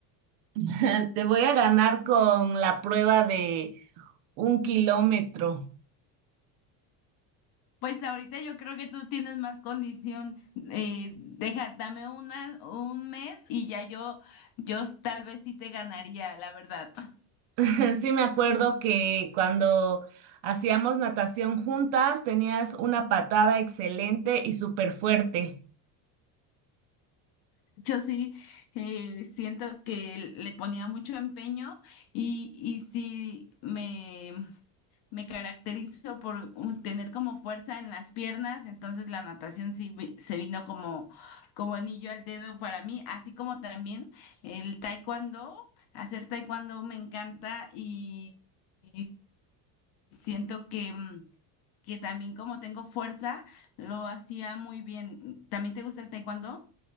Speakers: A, on the right; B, on the left.
A: <laughs> Te voy a ganar con la prueba de un kilómetro.
B: Pues ahorita yo creo que tú tienes más condición. Eh, deja, dame una, un mes y ya yo, yo tal vez sí te ganaría, la verdad. <laughs>
A: <laughs> Sí me acuerdo que cuando hacíamos natación juntas tenías una patada excelente y súper fuerte.
B: Yo sí eh, siento que le ponía mucho empeño y, y sí me me caracterizo por un- tener como fuerza en las piernas, entonces la natación sí vi- se vino como, como anillo al dedo para mí, así como también el taekwondo, hacer taekwondo me encanta y, y siento que, mm, que también como tengo fuerza, lo hacía muy bien. ¿También te gusta el taekwondo?